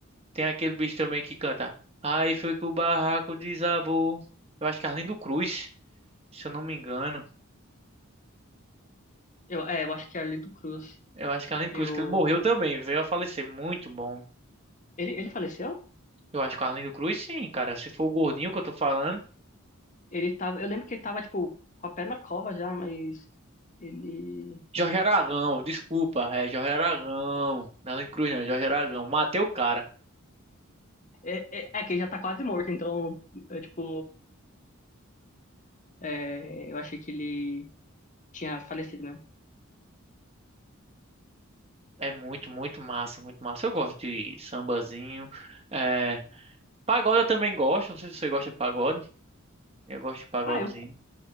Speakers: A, on the right (about 30°); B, on the left (about 35°).
A: tem aquele bicho também que canta. Aí foi que o barraco desabou. Eu acho que Arlindo Cruz, se eu não me engano.
B: Eu, é, eu acho que é a Arlindo Cruz.
A: Eu acho que Arlindo
B: Eu...
A: Cruz, que ele morreu também, veio a falecer. Muito bom.
B: Ele, ele faleceu?
A: Eu acho que o Arlindo Cruz, sim, cara. Se for o gordinho que eu tô falando.
B: Ele tava, eu lembro que ele tava, tipo, com a pé na cova já, mas ele.
A: Jorge Aragão, desculpa, é Jorge Aragão. Não, Nela Cruz não, é Jorge Aragão. Matei o cara.
B: É, é, é que ele já tá quase morto, então, é, tipo, é, eu achei que ele tinha falecido mesmo.
A: É muito, muito massa, muito massa. Eu gosto de sambazinho. É, pagode eu também gosto. Não sei se você gosta de pagode. Eu gosto de pagodezinho.
B: Ah, eu,